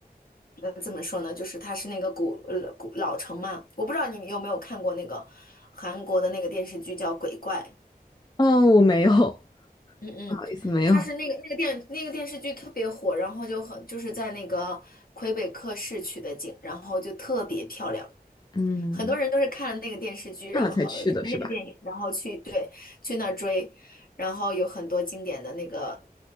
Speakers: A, on the left; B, on the left.
A: 嗯，怎么说呢？就是它是那个古呃古老城嘛，我不知道你有没有看过那个韩国的那个电视剧叫《鬼怪》。
B: 哦，我没有，
A: 嗯嗯，
B: 不好意思，没有，
A: 它是那个那个电那个电视剧特别火，然后就很就是在那个魁北克市取的景，然后就特别漂亮，
B: 嗯，
A: 很多人都是看了那个电视剧，
B: 看了才去的是吧？
A: 然后看那个电影，然后去对去那儿追，然后有很多经典的那个